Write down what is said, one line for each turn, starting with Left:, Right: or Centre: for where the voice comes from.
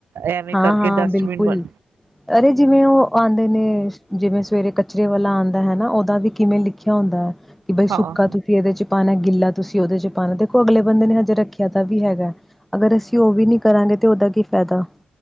Right: ਐਵੇਂ
Centre: ਹਾਂ
Right: ਕਰਕੇ
Centre: ਹਾਂ
Right: ਡਸਟਬਿਨ
Centre: ਬਿਲਕੁਲ
Right: ਬਣ
Centre: ਅਰੇ ਜਿਵੇਂ ਉਹ ਆਉਂਦੇ ਨੇ ਜਿਵੇਂ ਸਵੇਰੇ ਕਚਰੇ ਵਾਲਾ ਆਉਂਦਾ ਹੈਨਾ, ਉਹਦਾ ਵੀ ਕਿਵੇਂ ਲਿਖਿਆ ਹੁੰਦਾ ਆ, ਕਿ ਬਾਈ
Right: ਹਾਂ।
Centre: ਸੁੱਕਾ ਤੁਸੀਂ ਇਹਦੇ ਚ ਪਾਉਣਾ ਗਿੱਲਾ ਤੁਸੀਂ ਉਹਦੇ ਚ' ਪਾਉਣਾ ਦੇਖੋ ਅਗਲੇ ਬੰਦੇ ਨੇ ਹਜੇ ਰੱਖਿਆ ਤਾਂ ਵੀ ਹੈਗਾ। ਅਗਰ ਅਸੀਂ ਉਹ ਵੀ ਨੀ ਕਰਾਂਗੇ ਤੇ ਉਹਦਾ ਕੀ ਫਾਇਦਾ।